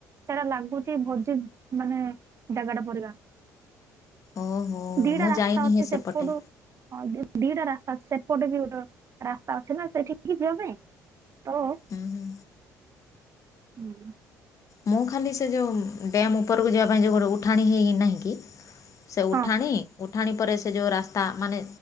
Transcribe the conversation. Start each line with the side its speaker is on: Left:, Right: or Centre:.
Right: ସେଟା ଲାଗୁଛି ଭୋଜି ମାନେ ଜାଗାଟା ପରିକା
Left: ଓହୋ
Right: ଦିଟା
Left: ମୁଁ
Right: ରାସ୍ତା
Left: ଯାଇନି
Right: ଅଛି
Left: ହେ ସେପଟେ
Right: ସେପଟୁ ହଁ, ଦି ଦିଟା ରାସ୍ତା ଅଛି ସେପଟେ ବି ଗୋଟେ ରାସ୍ତା ଅଛି ନା ସେଠିକି ଯିବାପାଇଁ ତ
Left: ହୁଁ ହୁଁ
Right: ହୁଁ।
Left: ମୁଁ ଖାଲି ସେ ଯେଉଁ ଡ୍ୟାମ୍ ଉପରକୁ ଯିବା ପାଇଁ ଯେଉଁ ଗୋଟେ ଉଠାଣି ହେନାହିଁକ କି! ସେ ଉଠାଣି
Right: ହଁ
Left: ଉଠାଣି ପରେ ସେ ଯଉ ରାସ୍ତା, ମାନେ